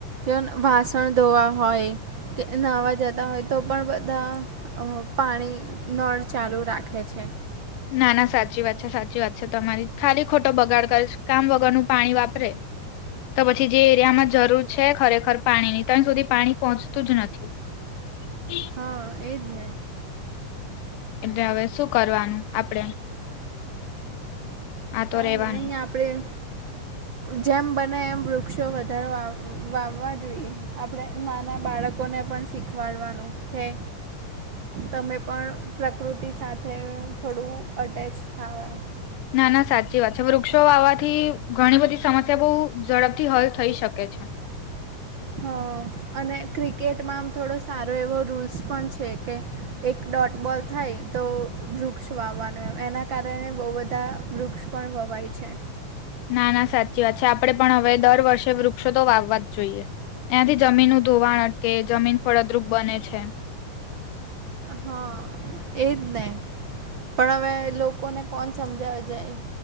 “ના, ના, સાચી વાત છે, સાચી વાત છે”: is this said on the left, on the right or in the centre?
Left